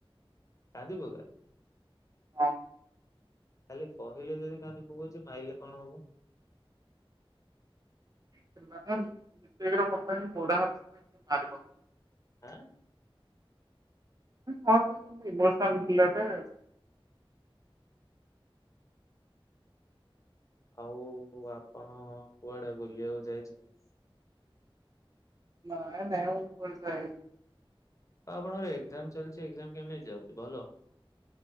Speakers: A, on the left; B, on the right.
A: ଗାଧିବ ଏବେ
B: ହଁ।
A: ତାଲେ କହିଲେ ଯଦି କାୁକୁ କଉଛି ମାଇଲେ କଣ ହବ।
B: ଘ ବୋଡା ହାତ ମାର
A: ଆଁ
B: କଣ କଛନ୍ତି ବାନ ପିଲାଟେ।
A: ଆଉ ଆପଣ କୁଆଡେ ବୁଲିବାକୁ ଯାଇଛନ୍ତି?
B: <unintelligible>
A: ଆପଣଙ୍କର ଏକ୍ଜାମ ଚାଲିଛି ଏଜାମ କେମିତି ଯାଉଛି ଭଲ।